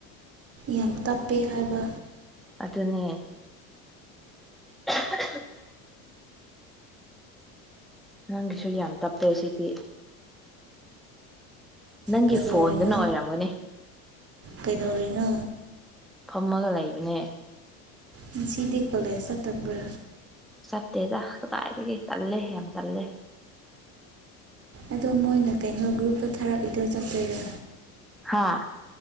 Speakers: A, on the right; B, in the centre.
A: ꯌꯥꯝ ꯇꯞꯄꯦ ꯍꯥꯏꯕ
B: ꯑꯗꯨꯅꯦ <unintelligible> ꯅꯪꯒꯤꯁꯨ ꯌꯥꯝ ꯇꯞꯄꯦ ꯁꯤꯗꯤ ꯅꯪꯒꯤ
A: ꯀꯩꯗꯧꯔꯤꯅꯣ
B: ꯐꯣꯟꯗꯨꯅ ꯑꯣꯏꯔꯝꯒꯅꯤ
A: ꯀꯩꯗꯧꯔꯤꯅꯣ
B: ꯐꯝꯃꯒ ꯂꯩꯕꯅꯦ
A: ꯉꯁꯤꯗꯤ ꯀꯣꯂꯦꯖ ꯆꯠꯇꯕ꯭ꯔꯥ
B: ꯆꯠꯇꯦꯗ ꯀꯗꯥꯏꯗꯒꯤ ꯇꯜꯂꯦ ꯌꯥꯝ ꯇꯜꯂꯦ
A: ꯑꯗꯣ ꯃꯣꯏꯅ ꯀꯩꯅꯣ ꯒ꯭ꯔꯨꯞꯇ ꯊꯥꯔꯛꯏꯗꯣ ꯆꯠꯄꯩꯔ
B: ꯍꯥꯥ